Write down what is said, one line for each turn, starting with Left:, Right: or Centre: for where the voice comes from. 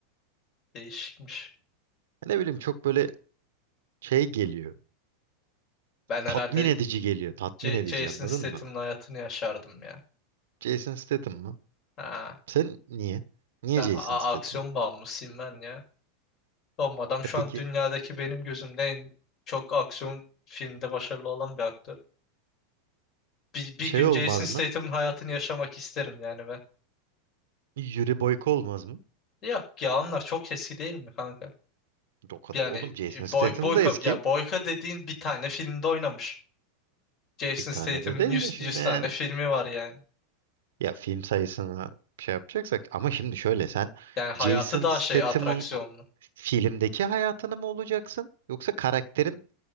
Left: <laughs> Değişikmiş.
Right: Ne bileyim çok böyle şey geliyor.
Left: Ben herhalde
Right: Tatmin edici geliyor. Tatmin
Left: C
Right: edici
Left: Jason
Right: anladın
Left: Statham'ın
Right: mı?
Left: hayatını yaşardım ya.
Right: Jason Statham mı?
Left: Ha,
Right: Sen niye? Niye
Left: ben
Right: Jason
Left: a-
Right: Statham?
Left: aksiyon bağımlısıyım ben ya. Oğlum adam şu
Right: E peki
Left: an dünyadaki benim gözümde en çok aksiyon filmde başarılı olan bir aktör. Bir, bir
Right: şey
Left: gün
Right: olmaz
Left: Jason Statham'ın
Right: mı?
Left: hayatını yaşamak isterim yani ben.
Right: Yuri Boyko olmaz mı?
Left: Yok ya onlar çok eski değil mi kanka?
Right: O
Left: Yani
Right: Oğlum Jason
Left: e,
Right: Statham
Left: boy boyka
Right: da eski.
Left: ya boyka dediğin bir tane filmde oynamış. Jason
Right: Bir tane
Left: Statham'ın
Right: de değil
Left: 100,
Right: de şimdi
Left: 100 tane
Right: yani.
Left: filmi var yani.
Right: Ya film sayısını şey yapacaksak ama şimdi şöyle sen
Left: Yani hayatı
Right: Jason
Left: daha
Right: Statham'ın
Left: şey atraksiyonlu.
Right: o- filmdeki hayatını mı olacaksın yoksa karakterin